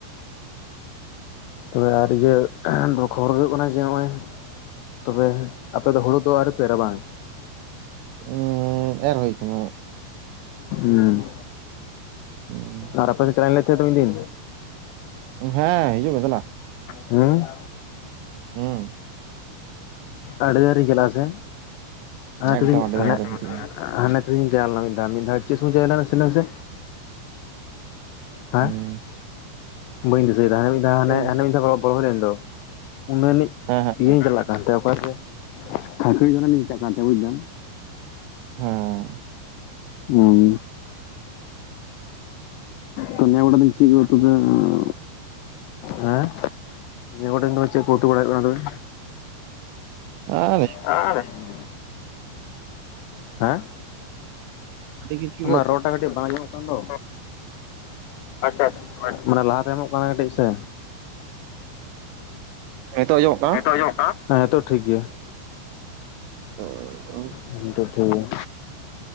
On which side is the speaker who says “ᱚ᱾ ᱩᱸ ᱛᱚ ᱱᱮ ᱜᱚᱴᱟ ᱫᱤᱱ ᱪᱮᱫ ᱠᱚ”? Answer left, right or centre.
Left